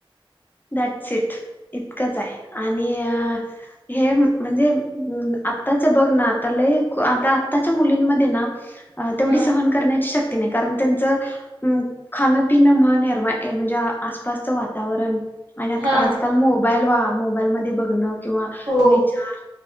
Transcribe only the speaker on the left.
दॅट्स इट इतकंचाय आणि अ हे म्हणजे <unintelligible> आताच्या बघ ना, आता लई आ आताच्या मुलींमध्ये ना अ तेवढी
सहन करण्याची शक्ती नाही कारण त्यांचं उम खाणं, पिन <unintelligible> ये म्हणजे आसपासचं वातावरण आणि आतका
आजकाल मोबाईल वा मोबाईल मध्ये बघणं. किंवा
विचार